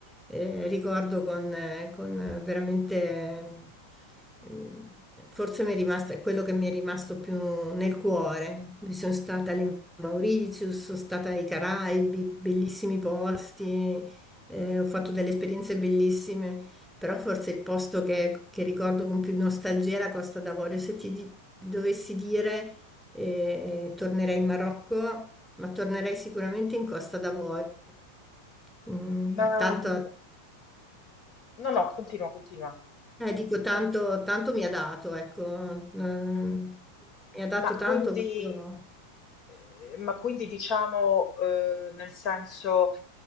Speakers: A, in the centre; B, on the left (about 40°).
A: eh, ricordo con, eh, con veramente Ehm, Forse mi è rimasto, è quello che mi è rimasto più nel cuore. Mi sono stata alle Mauritius, sono stata ai Caraibi, bellissimi posti, eh, ho fatto delle esperienze bellissime, però forse il posto che, che ricordo con più nostalgia è la Costa d'Avorio. Se ti di- dovessi dire, eh, tornerei in Marocco, ma tornerei sicuramente in Costa d'Avorio. Mm,
B: ma
A: tanto
B: mm, no, no, continua, continua.
A: eh, dico, tanto, tanto mi ha dato, ecco, mm,
B: Mhm.
A: mi ha dato
B: Ma
A: tanto
B: quindi,
A: proprio.
B: eh, ma quindi diciamo, eh, nel senso,